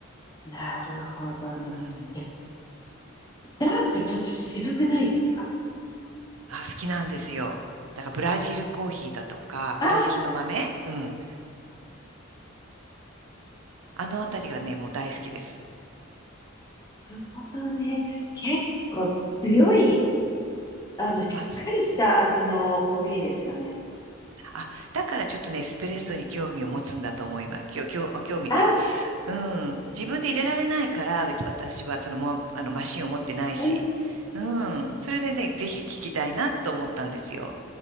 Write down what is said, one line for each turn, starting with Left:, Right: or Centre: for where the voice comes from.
Left: なるほどね。
Right: うん
Left: いや、ダークちょっと渋くないですか
Right: あ、好きなんですよ。だからブラジルコーヒーだとか、
Left: ああ
Right: ブラジルの豆、うん。あのあたりがね、もう大好きです。
Left: なるほどね。結構強い、あの、しっかりした味のコーヒーですよね。
Right: まあ、つあ、だからちょっとね、エスプレッソに興味を持つんだと思います。きょ、きょ、興味っていうか、
Left: あ、
Right: うん。自分で入れられないから、う私はそのも、あの、マシンを持ってないし。
Left: うん、
Right: うん。それでね、ぜひ聞きたいなと思ったんですよ。